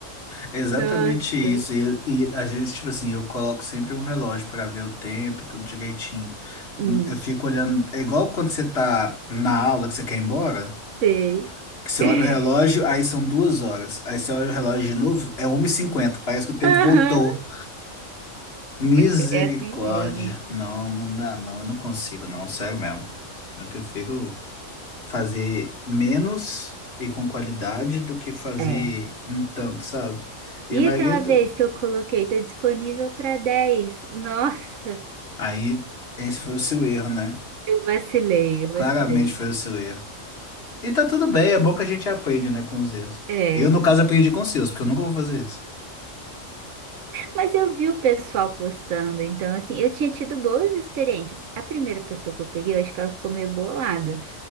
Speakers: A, on the left; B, on the right.
A: É Exatamente
B: Nossa.
A: isso. E, e às vezes, tipo assim, eu coloco sempre um relógio para ver o tempo e tudo direitinho.
B: Hum,
A: Eu fico olhando. É igual quando você tá na aula que você quer ir embora.
B: sei.
A: Que você
B: <laughs>
A: olha o relógio, aí são duas horas. Aí você olha o relógio de novo, é 1 e cinquenta Parece que o tempo
B: Aham.
A: voltou. Misericórdia.
B: É assim mesmo.
A: Não, não dá, não. Eu não consigo, não. Sério mesmo. Eu prefiro fazer menos e com qualidade do que fazer
B: É.
A: um tanto, sabe? E
B: E
A: a maioria.
B: aquela
A: do-
B: vez que eu coloquei, tá disponível para 10. Nossa,
A: Aí, esse foi o seu erro, né?
B: eu vacilei, eu vacilei.
A: Claramente foi o seu erro. E tá tudo bem, é bom que a gente aprende, né, com os erros.
B: É,
A: Eu, no caso, aprendi com os seus, porque eu nunca vou fazer isso.
B: mas eu vi o pessoal postando, então assim, eu tinha tido boas experiências. A primeira pessoa que eu peguei, eu acho que ela ficou meio bolada,